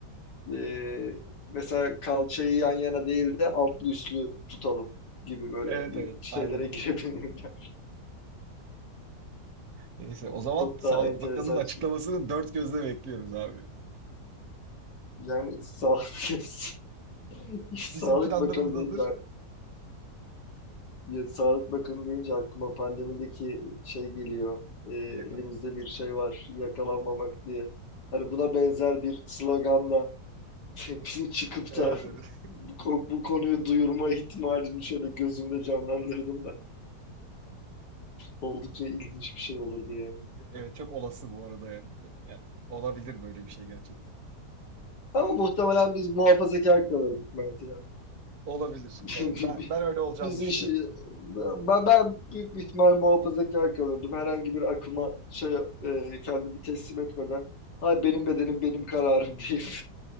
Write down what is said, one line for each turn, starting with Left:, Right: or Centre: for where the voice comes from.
Left: Ee, mesela kalçayı yan yana değil de altlı üstlü tutalım gibi böyle
Right: Evet
Left: bir
Right: evet
Left: şeylere
Right: aynen.
Left: <laughs> girebilirler.
Right: Neyse o zaman
Left: Çok
Right: Sağlık
Left: daha enteresan
Right: Bakanı'nın açıklamasını
Left: şey.
Right: dört gözle bekliyoruz abi.
Left: Yani sağlık, <laughs> Sağlık
Right: Bizim planlarımız
Left: Bakanı deyince
Right: hazır.
Left: Ya, Sağlık Bakanı deyince aklıma pandemideki şey geliyor. Ee,
Right: Yakalanmadı.
Left: elimizde bir şey var yakalanmamak diye. Hani buna benzer bir sloganla <laughs> bizim çıkıp
Right: Evet
Left: da
Right: evet.
Left: <laughs> bu, ko- bu konuyu duyurma ihtimalini şöyle gözümde canlandırdım da oldukça ilginç bir şey olurdu yani.
Right: Evet çok olası bu arada yani. Yani olabilir böyle bir şey gerçekten.
Left: Ama muhtemelen biz muhafazakar kalırdık Mert ya.
Right: Olabilir.
Left: <laughs>
Right: Evet ben ben öyle olacağını
Left: Biz
Right: düşünüyorum.
Left: iş, ben, ben büyük bir ihtimal muhafazakar kalırdım. Herhangi bir akıma şey e, kendimi teslim etmeden, hay benim bedenim benim kararım deyip